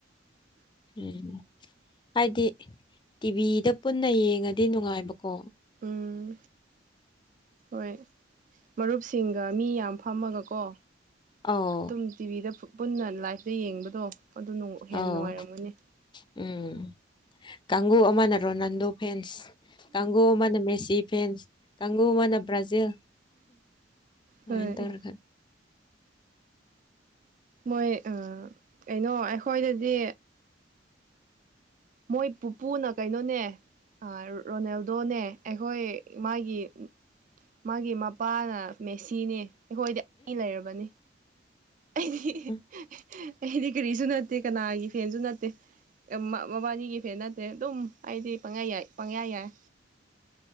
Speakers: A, on the left; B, on the right.
A: ꯎꯝ ꯍꯥꯏꯗꯤ ꯇꯤꯚꯤꯗ ꯄꯨꯟꯅ ꯌꯦꯡꯉꯗꯤ ꯅꯨꯡꯉꯥꯏꯕꯀꯣ
B: ꯎꯝ ꯍꯣꯏ ꯃꯔꯨꯞꯁꯤꯡꯒ ꯃꯤ ꯌꯥꯝ ꯐꯝꯃꯒꯀꯣ
A: ꯑꯧ
B: ꯑꯗꯨꯝ ꯇꯤꯚꯤꯗ ꯄꯨꯟꯅ ꯂꯥꯏꯐꯇ ꯌꯦꯡꯕꯗꯣ ꯑꯗꯨ ꯍꯦꯟꯅ
A: ꯑꯧ
B: ꯅꯨꯡꯉꯥꯏꯔꯝꯒꯅꯤ
A: ꯎꯝ ꯀꯥꯡꯒꯨ ꯑꯃꯅ ꯔꯣꯅꯥꯜꯗꯣ ꯐꯦꯟꯁ ꯀꯥꯡꯕꯨ ꯑꯃꯅ ꯃꯦꯁꯤ ꯐꯦꯟꯁ ꯀꯥꯡꯕꯨ ꯑꯃꯅ ꯕ꯭ꯔꯥꯖꯤꯜ ꯑꯃꯥꯏ
B: ꯍꯣꯏ
A: ꯇꯧꯔꯒ
B: ꯃꯣꯏ ꯀꯩꯅꯣ ꯑꯩꯈꯣꯏꯗꯗꯤ ꯃꯣꯏ ꯄꯨꯄꯨꯅ ꯀꯩꯅꯣꯅꯦ ꯔꯣꯅꯦꯜꯗꯣꯅꯦ ꯑꯩꯈꯣꯏ ꯏꯃꯥꯒꯤ ꯃꯥꯒꯤ ꯃꯄꯥꯅ ꯃꯦꯁꯤꯅꯦ ꯑꯩꯈꯣꯏꯗꯤ ꯑꯅꯤ ꯂꯩꯔꯕꯅꯤ ꯑꯩꯗꯤ
A: ꯎꯝ
B: ꯑꯩꯗꯤ ꯀꯔꯤꯁꯨ ꯅꯠꯇꯦ ꯀꯅꯥꯒꯤ ꯐꯦꯟꯁꯨ ꯅꯠꯇꯦ ꯃꯕꯥꯅꯤꯒꯤ ꯐꯦꯟ ꯅꯠꯇꯦ ꯑꯗꯨꯝ ꯑꯩꯗꯤ ꯄꯪꯌꯥ ꯌꯥꯏ ꯄꯪꯌꯥ ꯌꯥꯏ